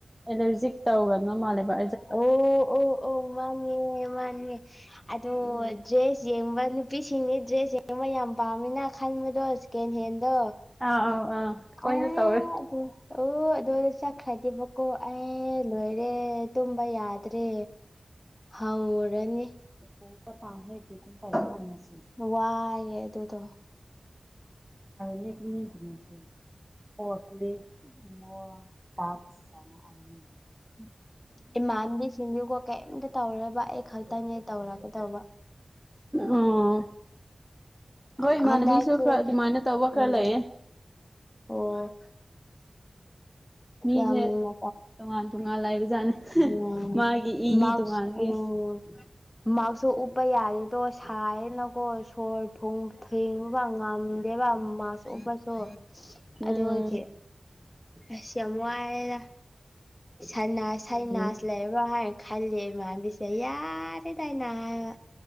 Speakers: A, in the centre; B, on the left.
A: ꯑꯦꯂꯔꯖꯤ ꯇꯧꯒꯣ ꯃꯥꯂꯦꯔ
B: ꯑꯣ ꯑꯣ ꯑꯣ ꯃꯥꯥꯟꯦ ꯃꯥꯥꯟꯉꯦ ꯑꯣ
A: ꯎꯝ
B: ꯗ꯭ꯔꯦꯁ ꯌꯦꯡꯕ ꯅꯨꯄꯤꯁꯤꯡꯅꯦ ꯗ꯭ꯔꯦꯁ ꯌꯦꯡꯕ ꯌꯥꯝ ꯄꯥꯝꯃꯤꯅ ꯈꯟꯕꯗꯣ ꯁꯦꯀꯦꯟ ꯍꯦꯟꯗꯣ
A: ꯑꯥ ꯑꯥꯎ ꯑꯥ ꯑꯩꯈꯣꯏꯁꯨ
B: ꯑꯗ
A: ꯇꯧꯔꯦ
B: ꯑꯣ ꯑꯗꯨꯣ ꯆꯠꯈ꯭ꯔꯗꯦꯕꯀꯣ ꯑꯩ ꯂꯣꯏꯔꯦ ꯇꯨꯝꯕ ꯌꯥꯗ꯭ꯔꯦ ꯍꯧꯔꯅꯤ
A: ꯍ ꯄ ꯇ ꯍꯥꯏ ꯀꯀꯨ ꯀꯥꯏ ꯐꯁꯤ
B: ꯋꯥꯏꯌꯦꯦ ꯑꯗꯨꯗꯣ
A: ꯅꯤꯇꯅꯁꯤ <unintelligible> ꯄꯣꯈꯂꯤꯃ <unintelligible> ꯇꯥꯛ <unintelligible> ꯁꯅ <unintelligible> ꯅꯇ <unintelligible>
B: ꯏꯃꯥꯟꯕꯤꯁꯤꯡꯗꯤꯀꯣ ꯀꯩꯝꯇ ꯇꯧꯔꯣꯏꯕ ꯑꯩ ꯈꯛꯇꯪꯅꯦ ꯇꯧꯔꯛꯀꯗꯕ
A: ꯑꯣ ꯑꯈꯣꯏ ꯏꯃꯥꯟꯅꯕꯤꯁꯨ
B: ꯍꯟꯗꯛꯁꯦ
A: ꯈꯔ ꯑꯗꯨꯃꯥꯏꯅ ꯇꯧꯕ
B: ꯎꯝ
A: ꯈꯔ ꯂꯩꯌꯦ
B: ꯑꯣ
A: ꯃꯤꯁꯦ
B: ꯌꯥꯝꯅ
A: ꯇꯣꯉꯥꯟ ꯇꯣꯉꯥꯟ ꯂꯩꯕꯖꯥꯠꯅꯤ
B: ꯑꯣ
A: ꯃꯥꯒꯤ ꯏ
B: ꯗꯥꯁꯛ
A: ꯏ ꯇꯣꯉꯥꯟꯕꯒꯤ
B: ꯑꯣ ꯃꯥꯛꯁꯁꯨ ꯎꯞꯄ ꯌꯥꯗꯦꯗꯣ ꯁꯥꯏꯌꯦꯅꯀꯣ ꯁꯣꯔ ꯐꯨꯟ ꯊꯦꯡꯕ ꯉꯝ ꯗꯦꯕ ꯃꯥꯛꯁ ꯎꯞꯄꯁꯨ
A: ꯎꯝ
B: ꯑꯗꯨꯒꯤ ꯑꯁ ꯌꯥꯝ ꯋꯥꯏꯗ ꯁꯅ
A: ꯎꯝ
B: ꯁꯥꯏꯅꯥꯁ ꯂꯩꯥꯔꯕ ꯍꯥꯏꯅ ꯈꯜꯂꯦ ꯏꯃꯥꯕꯤꯁ ꯌꯥꯔꯦ ꯍꯥꯏꯅ ꯍꯥꯏꯕ